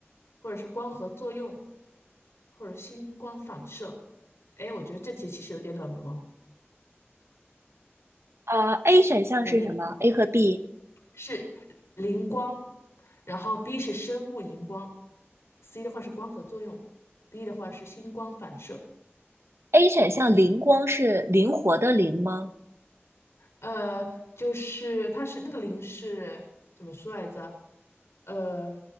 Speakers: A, on the left; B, on the right.
A: 或者是光合作用，或者是星光反射？哎，我觉得这题其实有点冷门哦，
B: 啊。a 选项是什么？A
A: 有印象吗？
B: 和 B。
A: 是磷光，然后 B 是生物荧光，C 的话是光合作用，D 的话是星光反射。
B: A 选项灵光是灵活的灵吗？
A: 呃，就是它是那个磷是怎么说来着？呃，